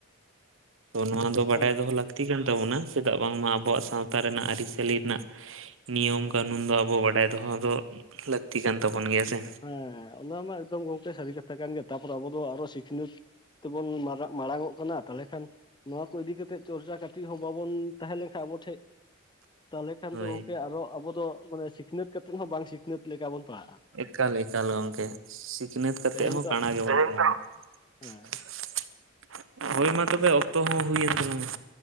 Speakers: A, on the right (about 70°); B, on the left (about 20°).
A: ᱛᱚ ᱱᱚᱣᱟ ᱛᱚ ᱵᱟᱰᱟᱭ
B: ᱦᱮᱸ ᱜᱚᱝᱠᱮ
A: ᱫᱚᱦᱚ ᱞᱟᱹᱠᱛᱤ
B: ᱦᱮᱸ
A: ᱠᱟᱱ ᱛᱟᱵᱚᱱᱟ ᱪᱮᱫᱟᱜ ᱵᱟᱝᱢᱟ ᱟᱵᱚᱣᱟᱜ ᱥᱟᱶᱛᱟ ᱨᱮᱱᱟᱜ ᱟᱹᱨᱤᱪᱟᱹᱞᱤ ᱨᱮᱱᱟᱜ ᱱᱤᱭᱚᱢ ᱠᱟᱱᱱᱩᱱ ᱫᱚ ᱟᱵᱚ ᱵᱟᱰᱟᱭ ᱫᱚᱦᱚ ᱫᱚ ᱞᱟᱹᱠᱛᱤ ᱠᱟᱱ ᱛᱟᱵᱚᱱ ᱜᱮᱭᱟ ᱥᱮ᱾
B: ᱦᱮᱸ ᱚᱱᱟ ᱢᱟ ᱮᱠᱫᱚᱢ ᱜᱚᱝᱠᱮ ᱥᱟᱹᱨᱤ ᱠᱟᱛᱷᱟ ᱠᱟᱱ ᱜᱮᱭᱟ ᱛᱟᱯᱚᱨᱮ ᱟᱵᱚ ᱫᱚ ᱟᱨᱚ ᱥᱤᱠᱷᱱᱟᱹᱛ ᱛᱮᱵᱚᱱ ᱢᱟᱲᱟᱝᱜ ᱠᱟᱱᱟ ᱛᱟᱞᱦᱮ ᱠᱷᱟᱱ ᱱᱚᱣᱟ ᱠᱚ ᱤᱫᱤᱠᱟ ᱠᱟᱛᱮ ᱪᱚᱨᱪᱟ ᱠᱟᱛᱮ ᱪᱤ ᱦᱚᱸ ᱵᱟᱵᱚᱱ ᱛᱟᱦᱮᱸ ᱞᱮᱱᱠᱷᱟᱱ ᱟᱵᱚ ᱴᱷᱮᱡ ᱛᱟᱞᱮ ᱠᱷᱟᱱ
A: ᱦᱳᱭ
B: ᱫᱚ ᱜᱚᱢᱠᱮ ᱟᱨᱚ ᱟᱵᱚ ᱫᱚ ᱢᱟᱱᱮ ᱥᱤ ᱥᱤᱠᱷᱱᱟᱹᱛ ᱠᱟᱛᱮᱫ ᱦᱚᱸ ᱵᱟᱝ ᱥᱤᱠᱷᱱᱟ. ᱛ ᱞᱮᱠᱟ ᱵᱚᱱ ᱯᱟᱲᱦᱟᱜ
A: ᱮᱠᱟᱞ ᱮᱠᱟᱞ ᱜᱚᱝᱠᱮ ᱥᱤᱠᱷᱱᱟᱹᱛ ᱠᱟᱛᱮᱜ
B: ᱛᱮᱦᱮᱧ
A: ᱦᱚᱸ
B: ᱛᱚ
A: ᱠᱟᱬᱟ ᱜᱮᱵᱚᱱ <unintelligible>
B: ᱦᱮᱸ
A: ᱦᱳᱭ ᱢᱟ ᱛᱚᱵᱮ ᱚᱠᱛᱚ ᱦᱚᱸ ᱦᱩᱭᱮᱱ ᱛᱟᱞᱟᱝᱟ᱾